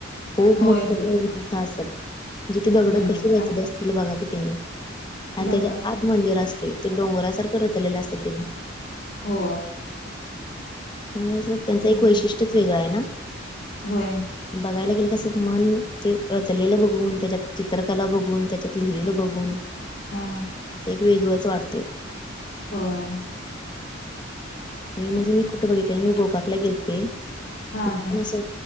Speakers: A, on the left; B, on the left.
A: खूप
B: होय
A: मोठे
B: होय
A: मोठ्या उंचीचं
B: असते
A: असत म्हणजे ती दगड
B: हम्म
A: कसे रचले
B: असते
A: असतील बघा कि तेनी. आणि
B: बघा
A: त्याचे
B: की
A: आत मंदिर असते. ते डोंगरासारखं रचलेलं असतं त्यानी.
B: हो.
A: म्हणजे अस त्यांच
B: हम्म
A: एक वैशिष्ट्यच वेगळं आहे ना.
B: होय.
A: बघायला गेलं की कसं मन ते रचलेलं बघून त्याच्यात चित्रकला बघून त्याच्यात लिहिलेलं बघून
B: हा
A: असं एक वेगळंच वाटते.
B: होय.
A: मी म्हणजे मी कुठं बघितले. मी भोपाकला गेलते.
B: हा
A: तिथे
B: हा
A: पण असं